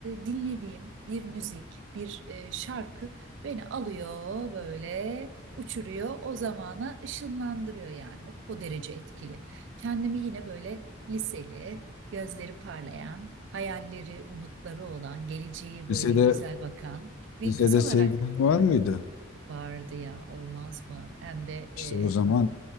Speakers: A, on the right; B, on the left.
A: dinlediğim bir müzik, bir e, şarkı beni alıyor böyle uçuruyor. O zamana ışınlandırıyor yani. O, o derece etkili. Kendimi yine böyle liseli, gözleri parlayan, hayalleri, umutları olan, geleceği böyle
B: Lisede
A: güzel bakan bir
B: lisede
A: kız olarak
B: sevgilin var mıydı?
A: vardı ya olmaz mı? Hem de e,
B: İşte o zaman